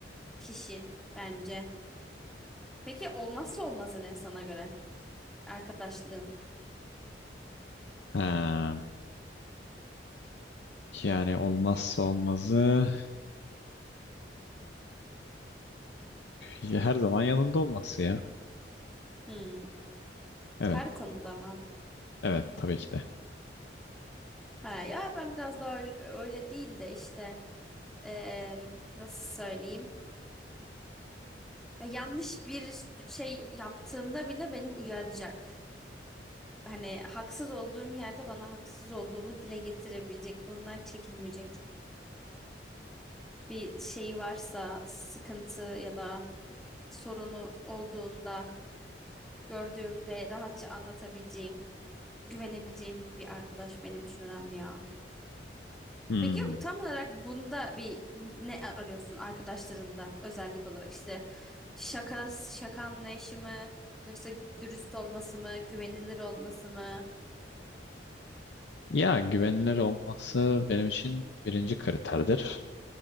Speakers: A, in the centre; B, on the left.
A: kişi bence. Peki olmazsa olmazı ne sana göre? Arkadaşlığın.
B: Ha, yani olmazsa olmazı ya her zaman yanında olması ya.
A: Hmm.
B: Evet,
A: Her konuda mı?
B: evet tabii ki de.
A: Ha, ya ben biraz daha öyle, öyle değil de işte ee, nasıl söyleyeyim? Ya yanlış bir şey yaptığımda bile beni uyaracak. Hani haksız olduğum yerde bana haksız olduğumu dile getirebilecek. Bundan çekinmeyecek. Bir şeyi varsa, sıkıntı ya da sorunu olduğunda gördüğümde rahatça anlatabileceğim, güvenebileceğim bir arkadaş benim için önemli ya.
B: Hmm.
A: Peki tam olarak bunda bir ne arıyorsun arkadaşlarında özellik olarak işte şaka şaka anlayışı mı yoksa dürüst olması mı güvenilir olması mı?
B: Ya güvenilir olması benim için birinci kriterdir.